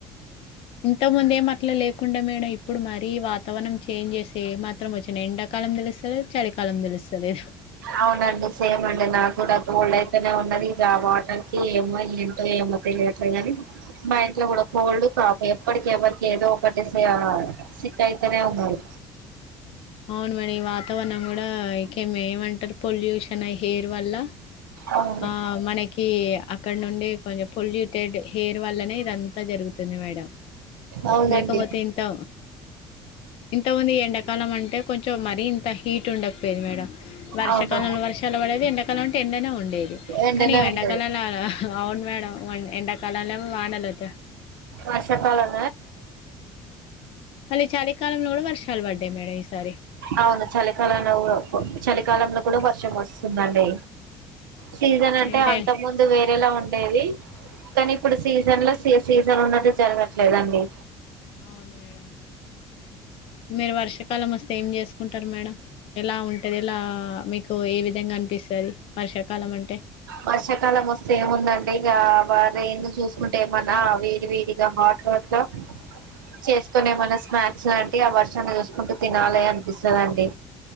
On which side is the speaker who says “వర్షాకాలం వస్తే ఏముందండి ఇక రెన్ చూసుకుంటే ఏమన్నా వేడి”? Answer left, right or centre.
Right